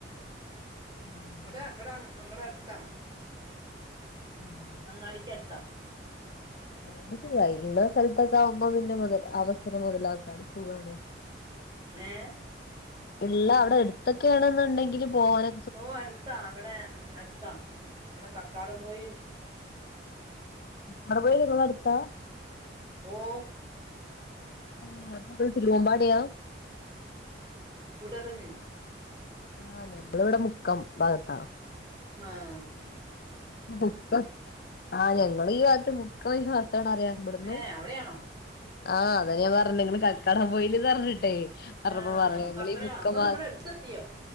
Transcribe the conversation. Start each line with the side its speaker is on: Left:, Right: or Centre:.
Left: ഉം.
Right: വടെ വടെ വടെ അട്ത്താ.
Left: ഉം
Right: അങ്ങാടിക്ക് ട്ത്താ
Left: അതോണ്ട് സുഖായി ഇള്ള സ്ഥലത്തൊക്കെ ആവുമ്പോ പിന്നെ മുത അവസരങ്ങൾ ലാക്കാണ് സുഖാണ്.
Right: ഏഹ്?
Left: ഇള്ള അഒടെ എട്ത്തൊക്കെയ ആണെന്നുണ്ടെങ്കില് പോകാന
Right: ഓഹ് അട്ത്താ ഇവടെ ഉം അട്ത്താ ഇവടെ കക്കാടം പൊയിൽ
Left: കാടാമ്പുഴേൽ ങ്ങളെ അട്ത്താ?
Right: ഓഹ്
Left: <unintelligible> തിരുവമ്പാടിയാ?
Right: കുടര്റിഞ്
Left: ആഹ് ഞമ്മള് വ്ടെ മുക്കം ഭാഗത്താ.
Right: ആഹ്
Left: മുക്ക ആഹ് ഞങ്ങള് ഈ ഭാഗത്ത് മുക്കം ഭാഗത്താണ് അറിയ. ഇവടുന്നു
Right: ഏ അവിടെയാണോ
Left: ആഹ് അതന്നെ ഞ പർഞ്ഞേ ഇങ്ങള് കക്കാടം പൊയില് ർഞ്ഞിട്ടേ.
Right: ആ
Left: ർഞ്ഞപ്പോ പർഞ്ഞേ
Right: അപ്പ
Left: ങ്ങളി
Right: അത്ര
Left: ഈ മുക്ക
Right: അപ്പൊ
Left: ഭാ
Right: നമ്മൾ എടുത്തെത്തിയോ